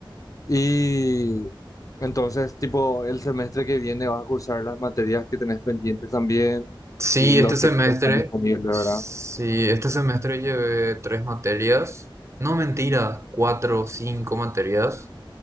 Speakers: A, on the left; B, on the right.
A: Y entonces, tipo, el semestre que viene vas a cursar las materias que tenés pendientes también
B: Sí,
A: y los
B: este semestre,
A: que están disponibles, ¿verdad?
B: sí, este semestre llevé tres materias. No, mentira, cuatro, cinco materias.